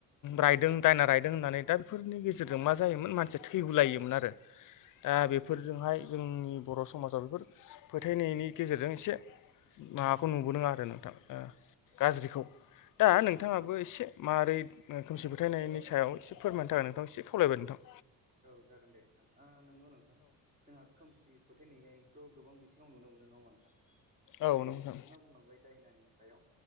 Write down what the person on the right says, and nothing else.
औ
नोंथां
औ
नोंथां
नंगौ
नोंथां
औ नोंथां
औ नोंथां
औ जागोन दे नोंथां ओ नोंगौ नोंथां जोंहा खोमसि फोथायनाय आइखौ गोबां बिथिं ङाव नुनो मोनो नङा होनबा नोंथां जेरै
नोंथाङा बुंलांबाय दायनानि सायाव